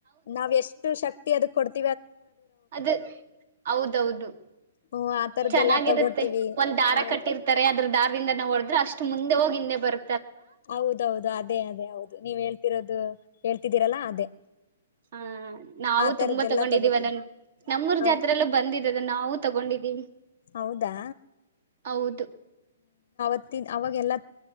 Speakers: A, on the left (about 60°); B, on the right (about 50°).
A: ನಾವ್ ಎಷ್ಟು ಶಕ್ತಿ ಅದ ಕೊಡ್ತ
B: ಅದ ಹೌದೌದು
A: ಹ್ಮ್ ಆ ತರದ್ದೆಲ್ಲಾ
B: ಚೆನ್ನಾಗಿರುತ್ತೆ
A: ತಗೊಳ್ತೀವಿ
B: ಒಂದ್ ದಾರ
A: ಹೌದ್
B: ಕಟ್ಟಿರ್ತಾರೆ ಅದ್ರ ದಾರದಿಂದ ನಾವು ಹೊಡದ್ರೆ ಅಷ್ಟು ಮುಂದೆ ಹೋಗಿ ತೇಬರ್
A: ಹೌದೌದು ಅದೇ ಅದೇ ಹೌದು ನೀವ್ ಹೇಳ್ತಿರೋದು ಹೇಳ್ತಿದ್ದೀರಲ್ಲಾ ಅದೇ
B: ಹ ನಾವು
A: ಆ ತರದ್ದೆಲ್ಲಾ
B: ತುಂಬಾ ತಗೊಂಡಿದೀವ
A: ತಗೋತೀವಿ
B: ನನ್ ನಮ್ಮೂರ್
A: ಹೌ
B: ಜಾತ್ರೆಲ್ಲ ಬಂದಿದ್ದ ಅದ ನಾವು ತಗೊಂಡಿದೀವಿ
A: ಹೌದಾ
B: ಹೌದು
A: ಅವವಾಗೆಲ್ಲ